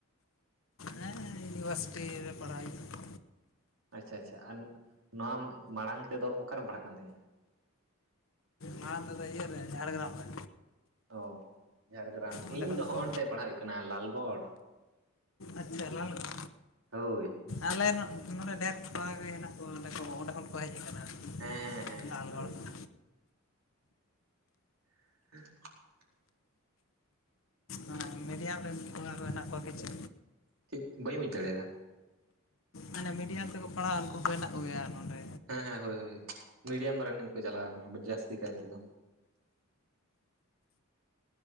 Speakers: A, on the left (about 75°); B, on the right (about 80°).
A: ᱦᱮᱸ ᱤᱭᱩᱱᱤᱵᱷᱟᱨᱥᱤᱴᱤ ᱨᱮ ᱯᱟᱲᱦᱟᱣ ᱦᱩᱭᱩᱜ ᱟ
B: ᱟᱪᱪᱷᱟ ᱟᱪᱪᱷᱟ ᱟᱨ ᱱᱚᱣᱟ ᱢᱟᱲᱟᱝ ᱛᱮᱫᱚ ᱚᱠᱟᱨᱮᱢ ᱯᱟᱲᱦᱟᱜ ᱠᱟᱱ ᱛᱟᱸᱦᱮᱡ ᱟ
A: ᱢᱟ ᱛᱚᱵᱮ ᱤᱭᱟ. ᱨᱮ ᱡᱷᱟᱲᱜᱨᱟᱢ ᱨᱮ
B: ᱚ ᱡᱷᱟᱲᱜᱨᱟᱢ
A: ᱚᱸᱰᱮ
B: ᱤᱧᱫᱚ
A: ᱠᱷᱚᱱ
B: ᱦᱚᱜᱼᱚᱭ
A: ᱠᱚ
B: ᱱᱚᱸᱰᱮ ᱯᱟᱲᱦᱟᱣ ᱦᱩᱭᱩᱜ ᱠᱟᱱᱟ ᱞᱟᱞᱜᱚᱲ
A: ᱟᱪᱪᱷᱟ ᱞᱟᱞᱜᱚᱲ
B: ᱦᱳᱭ
A: ᱟᱞᱮ ᱱᱚᱝ ᱱᱚᱸᱰᱮ ᱰᱷᱮᱨ ᱠᱚᱲᱟ ᱠᱚ ᱜᱮ ᱦᱮᱱᱟᱜ ᱠᱚᱣᱟ ᱚᱸᱰᱮ ᱠᱚ ᱚᱸᱰᱮ ᱠᱷᱚᱱ ᱠᱚ ᱦᱮᱡ ᱟᱠᱟᱱᱟ
B: ᱦᱮᱸ ᱦᱮᱸ ᱦᱮᱸ ᱦᱮᱸ
A: ᱞᱟᱞᱜᱚᱲ
B: ᱦᱳᱭ
A: ᱠᱷᱚᱱ
B: <unintelligible>
A: ᱚᱱᱟ ᱢᱤᱰᱤᱭᱟᱢ ᱨᱮᱱ ᱠᱚᱲᱟ ᱠᱚ ᱦᱮᱱᱟᱜ ᱠᱚᱣᱟ ᱠᱤᱪᱷᱩ
B: ᱴᱷᱤᱠ ᱵᱟᱹᱧ ᱵᱩᱡᱽ ᱫᱟᱲᱮᱭᱟᱫᱟ
A: ᱦᱟᱱᱮ ᱢᱤᱰᱤᱭᱟᱢ ᱛᱮᱠᱚ ᱯᱟᱲᱦᱟᱜᱼᱟ ᱩᱱᱠᱩ ᱠᱚ ᱦᱮᱱᱟᱜ ᱠᱚᱜᱮᱭᱟ ᱱᱚᱸᱰᱮ
B: ᱦᱮᱸ ᱦᱮᱸ ᱦᱳᱭ ᱦᱳᱭ ᱢᱤᱰᱤᱭᱟᱢ ᱨᱮᱱ ᱜᱮᱠᱚ ᱪᱟᱞᱟᱣ ᱠᱟᱱᱟ ᱡᱟᱹᱥᱛᱤ ᱠᱟᱭ ᱛᱮᱫᱚ